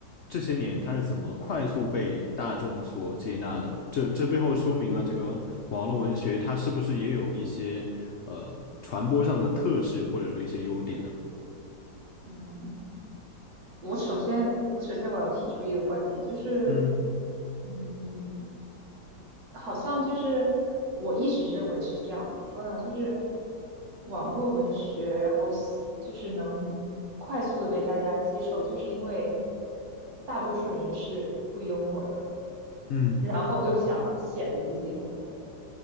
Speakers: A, on the left; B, on the right.
A: 这些年它是怎么快速被大众所接纳的？这这背后说明了这个网络文学它是不是也有一些呃传播上的特质，或者说一些优点呢？
B: <laughs> 嗯，我首先我首先我要提出一个观点，就是
A: 嗯
B: 嗯，好像就是我一直认为是这样，怎么说呢？就是网络文学，然后喜就是能快速的被大家接受，就是因为大多数人是不幽默的。
A: 嗯，
B: 然后又想显得自己很幽默，